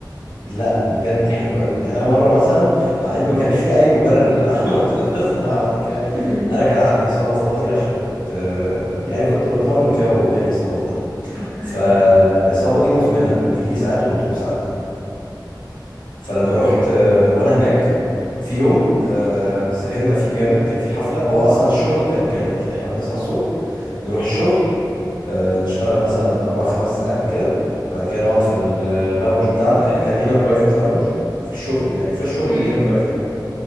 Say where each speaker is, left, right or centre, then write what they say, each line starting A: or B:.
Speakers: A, on the left; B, on the right.
A: لا بجد حلو قوي يعني انا مره مثلا مع ان ما كانش في اي مبرر اللي انا <laughs> عملته ده بس انا عملت كده
B: <laughs>
A: انا كان عندي اصابه في ظهري عشان كنت آه، يعني كنت بتمرن كده وجالي اصابه في ظهري
B: اوكي
A: فالاصابه دي مزمنه بتجيلي ساعات وبتروح ساعات فلما رحت آه، وانا هناك في يوم آه، سهرنا فيه جامد كان في حفله هو اصلا الشغل كان كالاتي احنا بنصحى الصبح نروح الشغل آه، نشتغل مثلا أربع خمس ساعات كده بعد كده نقعد في اللاونج بتاعنا احنا كان لينا برايفت لاونج في الشغل يعني في الشغل
B: امم
A: لينا برايفت لاونج